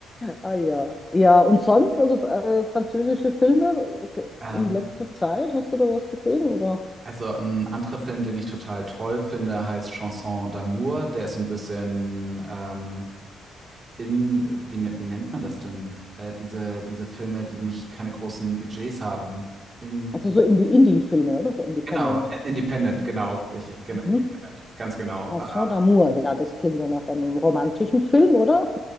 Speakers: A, on the left (about 20°); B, on the right (about 35°).
A: Ah ja. Ja, und sonst, also äh, französische Filme ge-
B: Ähm,
A: in letzter Zeit, hast du da was gesehen, oder?
B: Also ein anderer Film, den ich total toll finde, heißt Chanson d'amour. Der ist so ein bisschen ähm, in, wie, ne- wie nennt man das denn? Äh, diese, diese Filme, die nicht keine großen Budgets haben. In,
A: Also so in die Indie-Filme, oder? So Independent.
B: genau, i- Independent, genau. Ich, gen-
A: Mhm.
B: Independent, ganz genau.
A: Chanson
B: Äh,
A: d'amour, ja, das klingt ja nach einem romantischen Film, oder?